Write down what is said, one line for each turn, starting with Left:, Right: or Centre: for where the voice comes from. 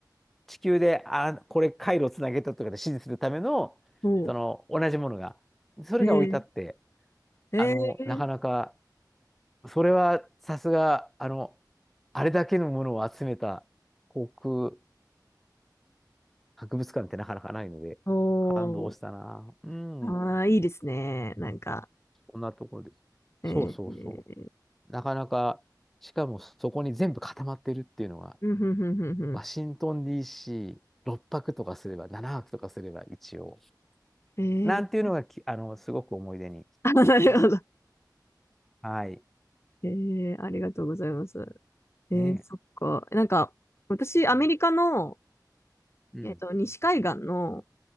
Centre: 地球で、あ、これ回路をつなげたとかで指示するための、
Left: おう。
Centre: その同じものが、それが置いてあって、
Left: ええええ
Centre: あの、なかなか、それはさすが、あの、あれだけのものを集めた航空博物館ってなかなかないので、
Left: お
Centre: 感動したな。うん、
Left: ああ、いいですね。なんか、
Centre: こんなところです。
Left: えー、
Centre: そうそうそ
Left: えー
Centre: う。なかなか、しかもそこに全部固まってるっていうのが、
Left: うん、ふんふんふんふん。
Centre: ワシントン DC、6泊とかすれば、7泊とかすれば一応。
Left: え
Centre: なんていうのがき、
Left: ー、
Centre: あの、すごく思い出になってます。
Left: あ、なるほど。
Centre: はい。
Left: えー、ありがとうございます。えー、
Centre: ね
Left: そっか。なんか、私、アメリカの、
Centre: え。うん。うん。
Left: えっと、西海岸の、